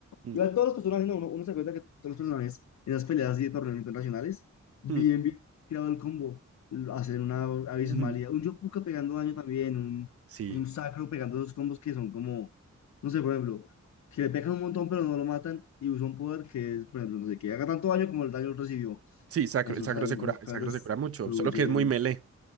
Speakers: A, on the right; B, on the left.
A: Mm,
B: Igual todos los personajes, no, uno, uno se cuenta que todos los personajes, en esas peleas así de torneos internacionales, bien,
A: mm,
B: bien creado el combo, lo- hacen una abismalidad,
A: ujú.
B: un Yopuka pegando daño también, un,
A: Sí.
B: un Sacro pegando esos combos que son como, no sé, por ejemplo, que le pegan un montón pero no lo matan y usa un poder que es, por ejemplo, no sé, que haga tanto daño como el daño recibió.
A: Sí, sacro,
B: Esos
A: el sacro
B: daños,
A: se cura,
B: esas cosas
A: el sacro se cura mucho.
B: destruyen.
A: Solo que es muy melee.